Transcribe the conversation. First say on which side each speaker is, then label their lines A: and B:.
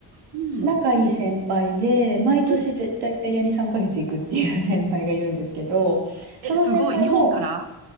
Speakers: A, on the right (about 60°); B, on the right (about 85°).
A: う。うん、
B: 仲いい先輩で、毎年絶対イタリアに3ヶ月行くっていう
A: うん。
B: <laughs> 先輩がいるんですけど、その先輩も
A: え、すごい。日本から